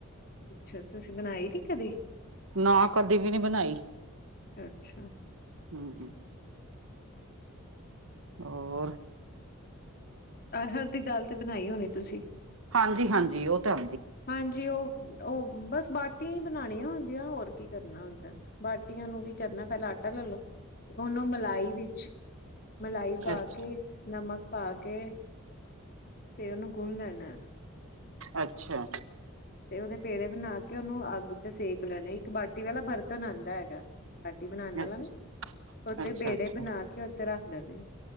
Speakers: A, on the left; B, on the right.
A: ਅੱਛਾ, ਤੁਸੀਂ ਬਣਾਈ ਨੀ ਕਦੇ?
B: ਨਾ ਕਦੇ ਵੀ ਨਈ ਬਣਾਈ।
A: ਅੱਛਾ
B: ਹੂੰ। ਓਰ
A: ਅਰਹਰ ਦੀ ਦਾਲ ਤੇ ਬਣਾਈ ਹੋਣੀ ਤੁਸੀ?
B: ਹਾਂਜੀ, ਹਾਂਜੀ। ਓ ਤਾਂ ਆ
A: ਹਾਂਜੀ, ਓ, ਓ, ਬਸ ਬਾਟੀਆ ਈ ਬਣਾਣੀਆਂ ਹੁੰ ਦੀਆ, ਹੋਰ ਕੀ ਕਰਨਾ ਹੁੰਦਾ। ਬਾਟੀਆਂ ਨੂੰ ਕੀ ਕਰਨਾ ਪੈਲਾ ਆਟਾ ਲਲ ਲਓ, ਉਹਨੂੰ ਮਲਾਈ ਵਿੱਚ ਮਲਾਈ ਪਾ
B: ਅੱਛਾ
A: ਕੇ, ਨਮਕ ਪਾ ਕੇ ਤੇ ਓਨੂੰ ਗੁਣ ਲੈਣਾ।
B: ਅੱਛਾ।
A: ਤੇ ਓਦੇ ਪੇੜੇ ਬਣਾ ਕੇ ਓਨੂੰ ਅੱਗ ਤੇ ਸੇਕ ਲੈਣੇ, ਇੱਕ ਬਾਟੀ ਵਾਲਾ ਬਰਤ ਤਨੰਦਾ ਹੈਗਾ। ਬਾਟੀ ਬਨਾਣ ਵਾਲਾ
B: ਅੱਛਾ
A: ਨਾ, ਓਤੇ
B: ਅੱਛਾ
A: ਪੇੜੇ
B: ਅੱਛਾ
A: ਬਨਾ ਕੇ ਓਥੇ ਰੱਖ ਦਨੇ,